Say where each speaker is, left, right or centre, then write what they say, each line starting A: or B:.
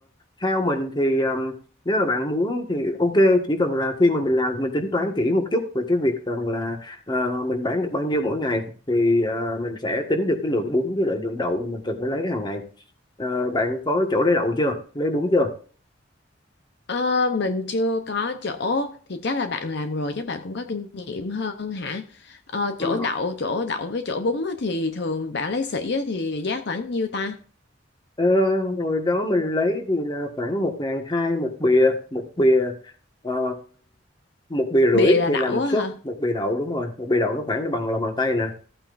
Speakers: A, on the left; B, on the left.
A: theo mình thì ừm, nếu mà bạn muốn thì ok chỉ cần là khi mà mình làm thì mình tính toán kỹ một chút về cái việc rằng là ờ, mình bán được bao nhiêu mỗi ngày thì ờ, mình sẽ tính được cái lượng bún với lại lượng đậu mà mình cần phải lấy hàng ngày Ờ, bạn có chỗ lấy đậu chưa lấy bún chưa
B: Ờ, mình chưa có chỗ thì chắc là bạn làm rồi chứ bạn cũng có kinh nghiệm hơn hả? Ờ,
A: Ờ,
B: chỗ đậu, chỗ đậu với chỗ bún á, thì thường bạn lấy sỉ á, thì giá khoảng nhiêu ta?
A: ờ, hồi đó mình lấy thì là khoảng một ngàn hai một bìa một bìa ờ, một bìa rưỡi
B: Bì là
A: thì
B: đậu
A: là một
B: á
A: suất
B: hả?
A: một bìa đậu đúng rồi một bìa đậu nó khoảng bằng lòng bàn tay nè